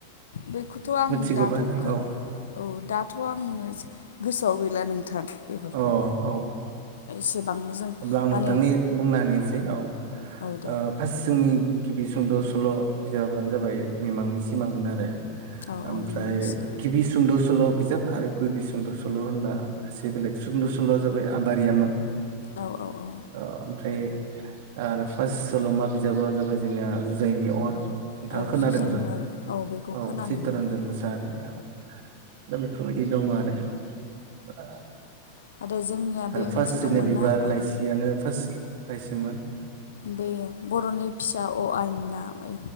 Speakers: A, on the left (about 65°); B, on the right (about 50°).
A: बेखौथ' आं
B: मिथिगौबा
A: दाथ'
B: आरो
A: गो
B: औ
A: औ दाथ' आङो एसे गोसोआव गैला नोंथां। बेफोरखौ
B: अ औ ओ
A: एसेबांनो जों
B: अब्ला आं नोंथांनि
A: माने
B: बुंना होनिसै औ ओ
A: औ दे
B: फास्ट जोंनि गिबि सुंद' सल' बिजाबानो जाबाय मिमांनि सिमांमोन आरो
A: औ
B: ओमफ्राय
A: औ मिमांसिगोन
B: गिबि सुंद' स सल' बिजाब आरो गिबि सुंद' सल' होनबा एसे बेलेग सुंद' सल'आ जाबाय आबारियामोन।
A: औ औ औ
B: अ फ्राय आरो फास्ट सल'मा बिजाबा जाबाय जोंना जुजाइनि अर। नोंथाङा
A: औ
B: खोनादों
A: जुजाइनि
B: जां
A: अर बेखौ
B: औ
A: खोनानो
B: चित्तरन्जन
A: मोन्दों औ
B: मोसाहारिनि औ दा बेफोरबायदि दं आरो ओ
A: आरो जोंनिया
B: आरो
A: बे
B: फास्ट
A: मोनसे दंमोन
B: जोंनिया बिबार
A: ना औ
B: लाइसियानो फास्ट लाइसिमोन।
A: बे बर'नि फिसा अ आइेन ना ऐ